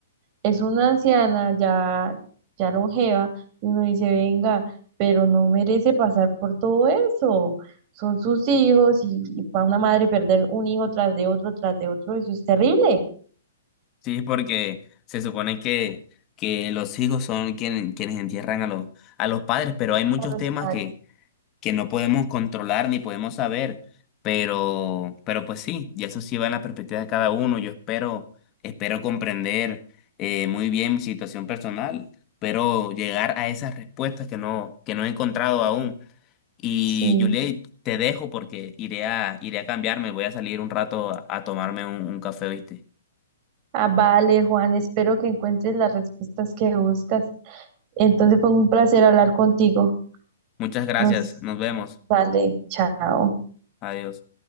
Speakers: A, on the right (about 35°); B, on the left (about 30°).
A: Es una anciana ya, ya longeva, y uno dice, venga, pero no merece pasar por todo eso. Son sus hijos y, para una madre perder un hijo tras de otro, tras de otro, eso es terrible.
B: Sí, porque se supone que, que los hijos son quien- quienes entierran a los, a los padres, pero hay muchos
A: Para los
B: temas
A: padres.
B: que, que no podemos controlar ni podemos saber. Pero, pero pues sí, y eso sí va en la perspectiva de cada uno. Yo espero, espero comprender eh, muy bien mi situación personal, pero llegar a esas respuestas que no, que no he encontrado aún. Y
A: Sí.
B: Juliet, te dejo porque iré a, iré a cambiarme, voy a salir un rato a, a tomarme un, un café, ¿viste?
A: Ah, vale, Juan, espero que encuentres las respuestas que buscas. Entonces fue un placer hablar contigo.
B: Muchas gracias,
A: Nos
B: nos vemos,
A: vale, chao.
B: adiós.